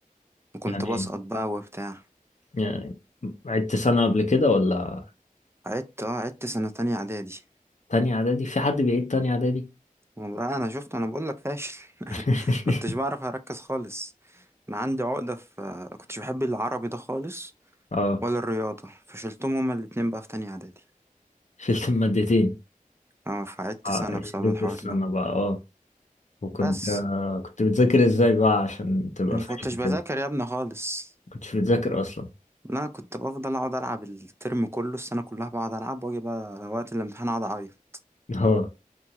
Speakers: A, on the right (about 20°); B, on the left (about 55°).
A: وكنت
B: يعني
A: بسقط
B: ايه؟
A: بقى وبتاع
B: يعني عدت سنة قبل كده ولا
A: عدت أه عدت سنة تانية إعدادي
B: تانية إعدادي؟ في حد بيعيد تانية إعدادي؟
A: والله انا شفت انا بقول لك فاشل <laughs>
B: <laughs>
A: كنتش بعرف اركز خالص انا عندي عقدة في كنتش بحب العربي ده خالص
B: اه
A: ولا الرياضة فشلتهم هما الاتنين بقى في تانية اعدادي
B: شلت المادتين
A: اه فقعدت
B: اه
A: سنة
B: يدوك
A: بسبب الحوار
B: السنة
A: ده
B: بقى اه وكنت
A: بس
B: آه، كنت بتذاكر ازاي بقى عشان تبقى
A: ما
B: فاهم
A: كنتش بذاكر
B: كده
A: يا ابني خالص
B: كنتش بتذاكر اصلا
A: لا كنت بفضل اقعد العب الترم كله السنة كلها بقعد العب واجي بقى وقت الامتحان اقعد اعيط
B: <laughs> اه